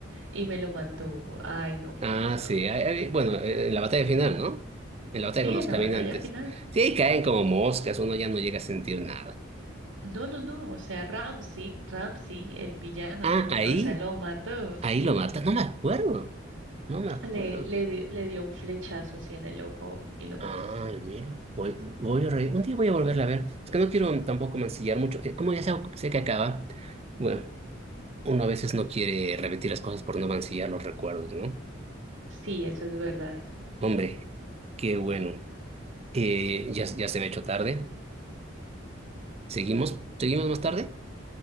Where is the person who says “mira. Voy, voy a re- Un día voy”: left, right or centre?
Right